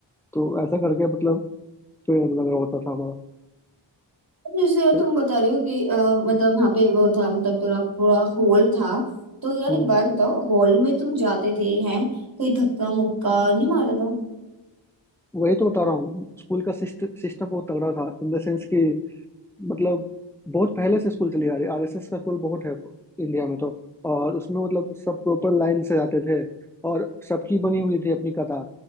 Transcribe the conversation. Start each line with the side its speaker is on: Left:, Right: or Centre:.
Centre: तो ऐसा करके मतलब पेड़ लगा होता था हमारा
Right: जैसे
Centre: फिर-
Right: तुम बता रहे हो कि अ, मतलब वहाँ पे वो था मतलब थोड़ा पूरा हॉल था तो यार
Centre: हम्म,
Right: एक बात बताओ हॉल में तुम जाते थे हैं कोई धक्का मुक्का नहीं मारता था
Centre: वही तो बता रहा हूँ स्कूल का सिस्टम बहुत तगड़ा था इन द सेंस कि मतलब बहुत पहले से स्कूल चली आ रही आरएसएस का स्कूल बहुत है इंडिया में तो और उसमें मतलब सब प्रॉपर लाइन से जाते थे और सबकी बनी हुई थी अपनी कतार